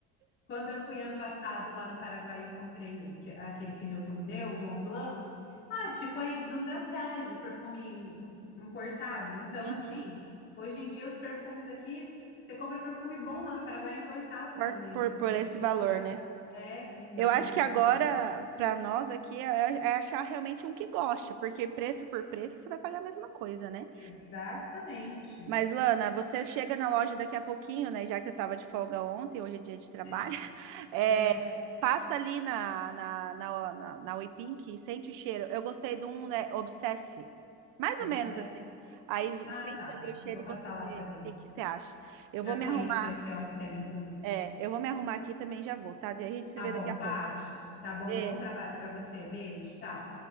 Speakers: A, on the left (about 40°); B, on the right (about 80°).
A: Quando eu fui ano passado lá no Paraguai, eu comprei o, que- aquele que o Newton me deu, o Mont Blanc. Paty, foi 200 reais o perfume im- importado. Então,
B: Uhum.
A: assim, hoje em dia os perfumes aqui, você compra perfume bom lá no Paraguai é importado
B: Por,
A: também,
B: por,
A: com
B: por
A: o preço
B: esse
A: que
B: valor,
A: você paga.
B: né?
A: É, Natura
B: Eu acho
A: e Boticário.
B: que agora, para nós aqui, é, é achar realmente um que goste, porque preço por preço você vai pagar a mesma coisa, né?
A: Exatamente.
B: Mas, Lana, você chega na loja daqui a pouquinho, né? Já que você estava de folga ontem, hoje é dia de trabalho,
A: É,
B: <laughs> é,
A: é,
B: passa ali na, na, na, na, na Weepink e sente o cheiro. Eu gostei de um, né? Obsesse. Mais
A: observe.
B: ou menos assim. Aí
A: Ah,
B: sente
A: tá.
B: ali o cheiro
A: Eu vou
B: e
A: passar
B: você
A: lá
B: vê
A: para ver,
B: o que que você acha. Eu
A: para
B: vou me
A: conhecer
B: arrumar,
A: o quiosque ali, inclusive.
B: é, eu vou me arrumar aqui e também já vou, tá? A gente se
A: Tá
B: vê
A: bom,
B: daqui a pouco.
A: Paty. Tá bom,
B: Beijo.
A: um bom trabalho para você. Beijo, tchau.